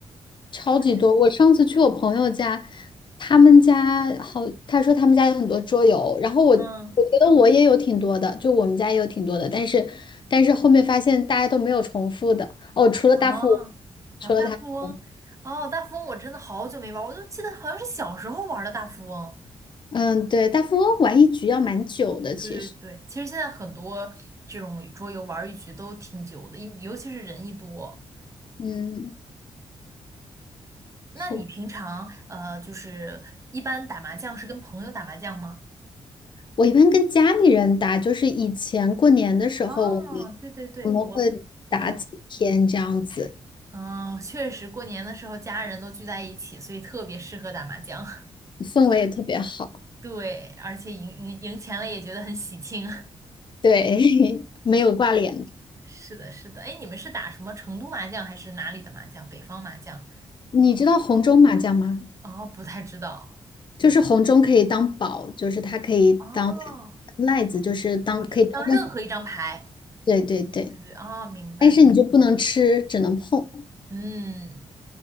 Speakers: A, on the left; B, on the right.
A: 超级多。
B: 就是
A: 我上次去我朋友家，他们家好，他说他们家有很多桌游，然后我我觉得我也有挺多的，
B: 嗯，
A: 就我们家也有挺多的，但是但是后面发现大家都没有重复的哦，除了大富翁，
B: 哦哦，
A: 除了大富翁，
B: 大富翁，哦大富翁我真的好久没玩儿，我就记得好像是小时候玩儿的大富翁。
A: 嗯，对，大富翁玩一局要蛮久的，
B: 对对对，
A: 其实，
B: 其实现在很多这种桌游玩儿一局都挺久的，因尤其是人一多。
A: 嗯，
B: 那你平常呃，
A: 是的
B: 就是一般打麻将是跟朋友打麻将吗？
A: 我一般跟家里人打，就是以前过年的时候，
B: 哦，
A: 我们
B: 对对对，
A: 我们会打几天这样子，
B: 我我也，嗯、确实过年的时候家人都聚在一起，所以特别适合打麻将。<laughs>
A: 氛围也特别好，
B: 对，而且赢赢赢钱了也觉得很喜庆。<laughs>
A: 对，<laughs> 没有挂脸。
B: 是是的，是的。哎，你们是打什么成都麻将还是哪里的麻将？北方麻将？
A: 你知道红中麻将吗？
B: 哦，不太知道。
A: 就是红中可以当宝，就是它可以当
B: 哦，
A: 赖子，就是当可以当任何。
B: 我知道，当任何一张牌。
A: 对对对，
B: 对对，哦，明白。
A: 但是你就不能吃，只能碰。
B: 嗯，